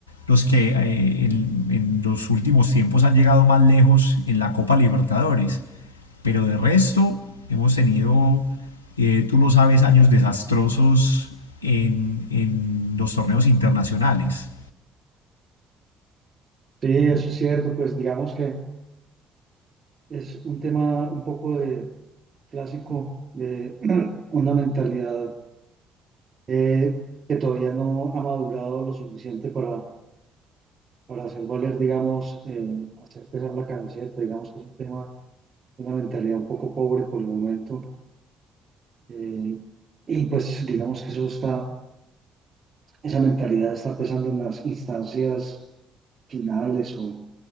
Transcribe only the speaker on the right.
Sí, eso es cierto, pues digamos que es un tema un poco de clásico de <clears throat> una mentalidad eh, que todavía no ha madurado lo suficiente para, para hacer valer, digamos, eh, hacer pesar la camiseta, digamos que es un tema una mentalidad un poco pobre por el momento. eh, y pues digamos que eso está, esa mentalidad está pesando en las instancias finales o